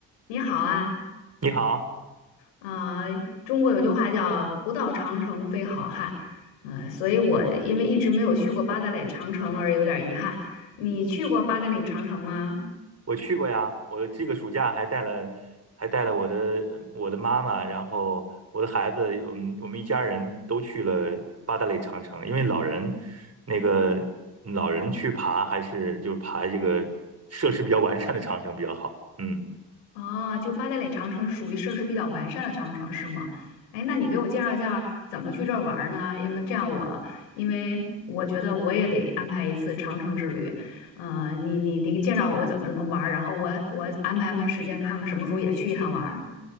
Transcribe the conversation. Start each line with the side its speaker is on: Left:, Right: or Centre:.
Left: 你好啊，
Right: 你好，
Left: 啊、中国有句话叫“不到长城非好汉”，呃，所以我因为一直没有去过八达岭长城而有点儿遗憾。你去过八达岭长城吗？
Right: 我去过呀，我这个暑假还带了，还带了我的我的妈妈，然后我的孩子，我们我们一家人都去了八达岭长城，因为老人那个老人去爬还是就爬这个设施比较完善的长城比较好，嗯。
Left: 哦，就八达岭长城是属于设施比较完善的长城是吗？哎，那你给我介绍一下怎么去这儿玩儿呢？因为这样我，因为我觉得我也得安排一次长城之旅。呃，你你你介绍我怎么怎么玩儿然后我我安排安排时间，看看什么时候也去一趟玩儿